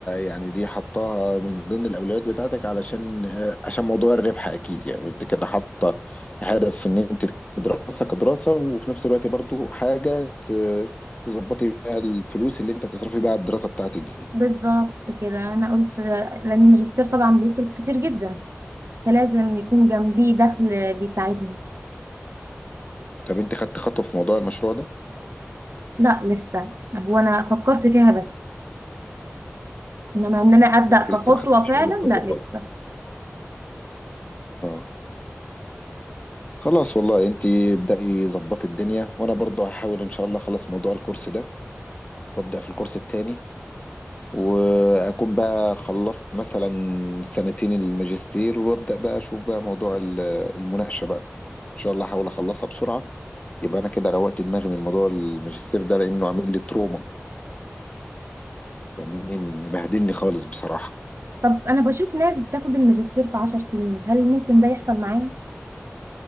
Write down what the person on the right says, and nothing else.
بالظبط كده انا قلت لان الماجستير طبعا بيصرف كتير جدا فلازم يكون جنبيه دخل بيساعدني
لا لسه هو انا فكرت فيها بس انما ان انا
ابدا
كخطوة
فعلا
لا
لسه
طب انا بشوف ناس بتاخد الماجستير في عشر سنين هل ممكن ده يحصل معايا؟